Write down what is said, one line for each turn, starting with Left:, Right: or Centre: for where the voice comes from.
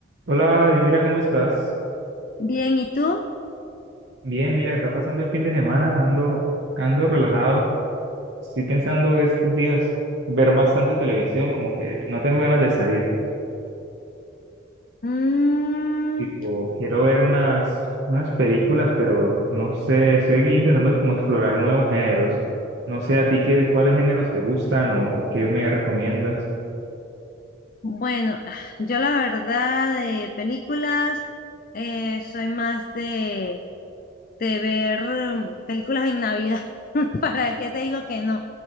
Right: Hola, Dios, mira, ¿cómo estás?
Left: Bien, ¿y tú?
Right: Bien, mira, acá pasando el fin de semana, ando, ando relajado. Estoy pensando estos días ver bastante televisión, como que no tengo ganas de salir.
Left: Mm,
Right: Tipo, quiero ver unas, unas películas, pero no sé, estoy intentando como explorar nuevos géneros. No sé a ti qué, cuáles géneros te gustan o, o qué me recomiendas.
Left: bueno, ah, yo la verdad de películas eh, soy más de, de ver em, películas en Navidad. <laughs> ¿Para qué te digo que no? O